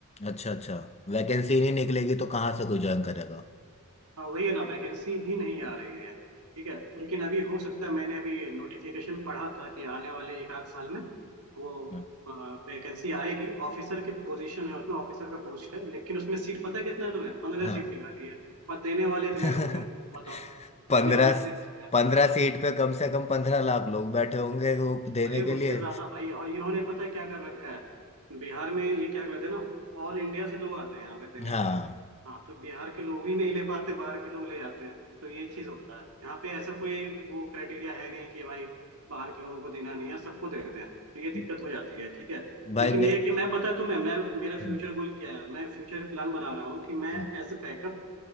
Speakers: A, on the left; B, on the right.
A: अच्छा अच्छा वैकेंसी नहीं निकलेगी तो कहाँ से कोई ज्वाइन करेगा
B: हाँ वही है ना वैकेंसी ही नहीं आ रही है ठीक है लेकिन अभी हो सकता है मैंने अभी नोटिफिकेशन पढ़ा था कि आने वाले एक आध साल में वो
A: हाँ
B: वैकेंसी आएगी ऑफिसर के पोजीशन है उसमें ऑफिसर का पोस्ट है लेकिन उसमें सीट पता है कितना है तुम्हें पंद्रह
A: हाँ
B: सीट निकाली है और देने वाले इतने
A: <laughs>
B: लोग हैं बताओ
A: पंद्रह
B: देने वाले इतने लोग हैं
A: पंद्रह
B: हाँ
A: सीट पे कम से कम पंद्रह लाख लोग बैठे होंगे वो देने
B: अरे
A: के
B: उससे
A: लिए
B: ज्यादा भाई और इन्होंने पता है क्या कर रखा है बिहार में ये क्या करते हैं ना ऑल इंडिया से लोग आते हैं यहाँ पे देने
A: हाँ
B: के लिए हाँ तो बिहार के लोग ही नहीं ले पाते बाहर के लोग ले जाते हैं तो ये चीज होता है यहाँ पे ऐसा कोई वो क्राइटेरिया है नहीं कि भाई बाहर के लोगों को देना नहीं है सबको देते हैं तो ये दिक्कत
A: <laughs>
B: हो जाती है ठीक है
A: भाई
B: लेकिन
A: मैं
B: ये है कि मैं पता है तुम्हें मैं मेरा
A: हम्म
B: फ्यूचर गोल क्या है मैं फ्यूचर प्लान बना रहा हूँ कि मैं
A: हम्म
B: एज ए बैकअप